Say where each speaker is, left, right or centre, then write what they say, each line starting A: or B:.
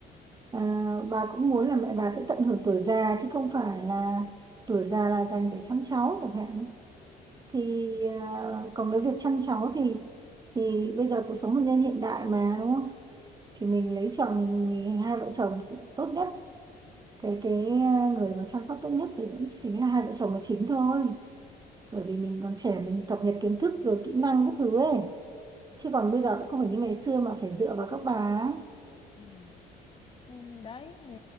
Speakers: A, on the right (about 25°); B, on the left (about 30°).
A: à, bà cũng muốn là mẹ bà sẽ tận hưởng tuổi già chứ không phải là tuổi già là dành để chăm cháu chẳng hạn thì à, còn cái việc chăm cháu thì thì bây giờ cuộc sống hôn nhân hiện đại mà đúng không thì mình lấy chồng thì hai vợ chồng tốt nhất cái cái à, người mà chăm sóc tốt nhất thì vẫn chính là hai vợ chồng là chính thôi bởi vì mình còn trẻ mình cập nhật kiến thức rồi kỹ năng các thứ ấy chứ còn bây giờ cũng không phải như ngày xưa mà phải dựa vào các bà ấy
B: Ừ. Ừ, đấy thì